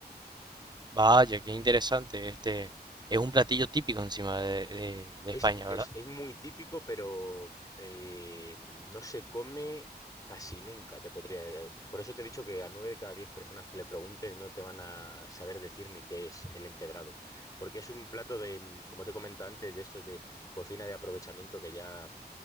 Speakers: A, on the right (about 25°); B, on the left (about 20°).
A: Vaya, qué interesante. Este, es un platillo típico encima de, de- de
B: Es,
A: España,
B: es-
A: ¿verdad?
B: es muy típico, pero eh, no se come casi nunca, te podría. Por eso te he dicho que a nueve de cada diez personas que le preguntes no te van a saber decir ni qué es el empedrado. Porque es un plato de, como te comentaba antes, de estos de cocina de aprovechamiento que ya